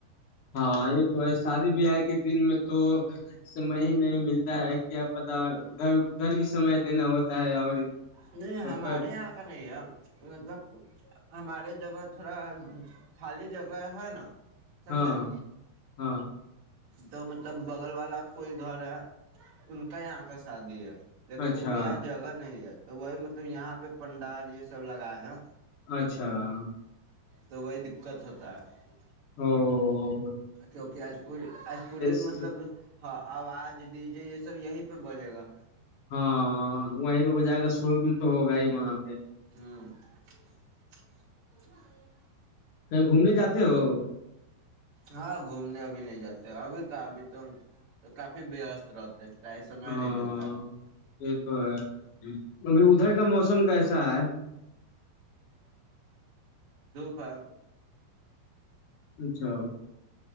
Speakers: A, on the left (about 60°); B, on the right (about 45°).
A: ہاں یہ تو ہے شادی بیاہ کے دن میں تو ج <unintelligible> سمئے ہی نہیں ملتا ہے کیا پتا ادھر ادھر بھی سمے دینا ہوتا ہے اور
B: نہیں
A: سب
B: ہمارے
A: ت
B: یہاں کا نہیں ہے مطلب ہمارے جگہ تھوڑا خالی جگہ ہے نا <unintelligible> سمجھے
A: ہاں ہاں <unintelligible>
B: تو مطلب بغل والا کوئی گھر ہے ان کاا یہاں کا شادی ہے لیکن
A: اچھا
B: ان کے یہاں جگہ نہیں ہے تو وہی مطلب یہاں پہ پنڈال یہ سب لگائے ہے <unintelligible>
A: اچھا <unintelligible>
B: تو وہی دقت ہوتا ہے <unintelligible>
A: ہ <unintelligible>
B: کیونکہ اج پوری آج پورے
A: س-
B: مطلب ہاں آواز ڈی جے یہ سب یہیں پہ بجے گا
A: ہاں وہیں پہ وہ جائے گا شورگل تو ہوگا ہی وہاں پہ
B: ہوں <unintelligible>
A: کہیں گھومنے جاتے ہو
B: ہاں گھومنے ابھی نہیں جاتے ابھی کا ابھی تو کافی وست رہتے ٹائم سمے
A: ہاں
B: نہیں ملتا
A: یہ تو ہے اھی ادھر کا موسم کیسا ہے <unintelligible>
B: فاں <unintelligible>
A: اچھا <unintelligible>